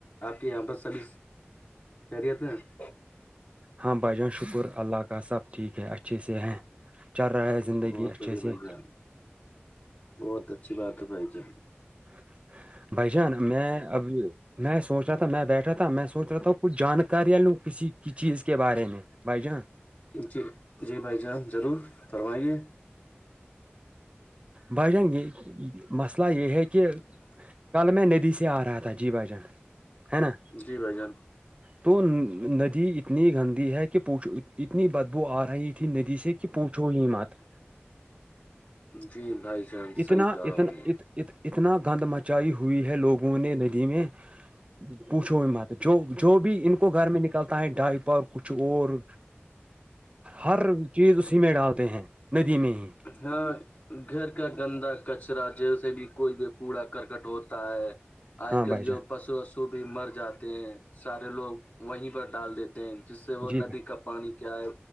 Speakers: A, on the left; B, on the right.
A: آپ کے یہاں پرس سروس خیریت ہیں
B: ہاں بھائی جان شکر اللہ کا سب ٹھیک ہے اچھے سے ہے چل رہا ہے زندگیسی
A: بہت بڑھیا بھائی
B: یہ
A: جان بہت اچھی بات ہے بھائی جان
B: <unintelligible> بھائی جان میں ابھی میں سوچ رہا تھا میں بیٹھا تھا میں سوچ رہا تھاوں کچھ جاناریاں لوں کسی کی چیز کے بارے میں بھائی جان
A: جی جی بھائی جان ضرور فرمائیے
B: بھائی جان گے مسئلہ یہ ہے کہ کل میں ندی سے آ رہا تھا جی با جان ہے نا
A: جی بھائی جان
B: تو ندی اتنی گندی ہے کہ پوچ اتنی بدبو آ رہی تھی ندی سے کہ پوچھو ہی مت <unintelligible>
A: جی بھائی جان
B: اتنا
A: صحیح کہا
B: اتنا
A: آپ نے
B: ات اتنا گند مچائی ہوئی ہے لوگوں نے ندی میں پوچھو بھی مت جو جو بھی ان کو گھر میں نکلتا ہے ڈائپا کچھ اور ہر چیز اس میں ڈالتے ہیں ندی میں ہی
A: ہاں <unintelligible> گھر کا گندا کچرا جیسے بھی کوئی بھی کوڑا کرکٹ ہوتا ہے آج
B: ہاں
A: کل
B: بھائی جان
A: جو پسو وسو بھی مر جاتے ہیں سارے لوگ وہیں پر ڈال دیتے ہیں جس سے وہ
B: جی
A: ندی کا پانی کیا ہے